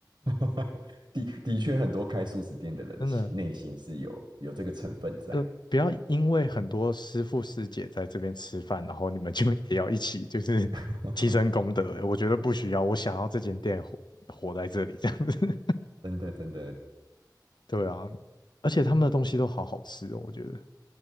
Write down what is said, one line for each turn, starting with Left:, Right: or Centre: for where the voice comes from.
Right: <laughs> 的的确，很多开素食店的人内心是有有这个成分在，
Left: 真的，就不要因为很多师傅师姐在这边吃饭，然后你们就也要一起就是 <laughs>
Right: <laughs>
Left: 提升功德，我觉得不需要，我想要这间店活活在这里这样子，
Right: 真的真的
Left: <laughs> 对啊，而且他们的东西都好好吃哦，
Right: 对啊
Left: 我觉得